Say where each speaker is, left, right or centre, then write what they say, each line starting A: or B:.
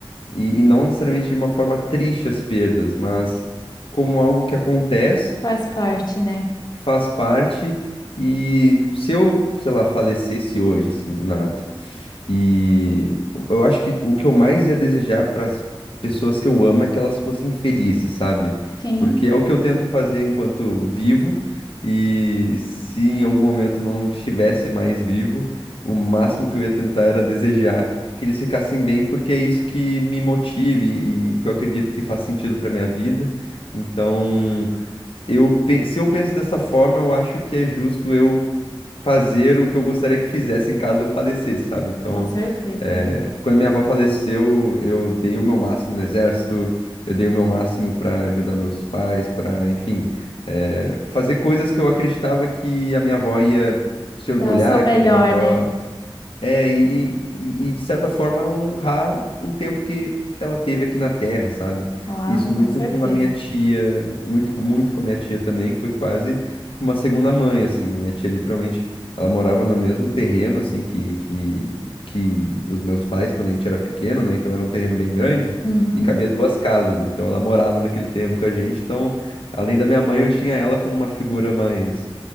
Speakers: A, on the left; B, on the left.
A: e, e não necessariamente de uma forma triste as perdas, mas como algo que acontece,
B: faz parte, né?
A: que faz parte, e se eu, sei lá, falecesse hoje, assim, do nada. E eu acho que o que eu mais ia desejar para as pessoas que eu amo é que elas fossem felizes, sabe?
B: Sim,
A: Porque é o que eu tento fazer enquanto vivo, e se em algum momento não estivesse mais vivo, o máximo que eu ia tentar era desejar que eles ficassem bem, porque é isso que me motive e que eu acredito que faz sentido para minha vida. Então, eu, pe- se eu penso dessa forma, eu acho que é justo eu fazer o que eu gostaria que fizesse em caso eu falecesse, sabe? Então,
B: com certeza.
A: quando minha avó faleceu, eu dei o meu máximo no exército, eu dei o meu máximo para ajudar meus pais, para enfim, eh, fazer coisas que eu acreditava que a minha avó ia se
B: Dá
A: orgulhar,
B: o seu melhor,
A: que a minha avó
B: né?
A: é, e, e, e de certa forma honrar o tempo que ela teve aqui na Terra, sabe?
B: Claro,
A: Isso
B: com
A: muito
B: certeza.
A: com a minha tia, muito, com- muito com a minha tia também, que foi quase que uma segunda mãe, assim. A minha tia, literalmente, ela morava no mesmo terreno, assim, que, que, que os meus pais, quando a gente era pequeno, né? Então era um terreno bem grande
B: Uhum.
A: e cabia duas casas. Então ela morava naquele terreno com a gente. Então, além da minha mãe, eu tinha ela como uma figura mais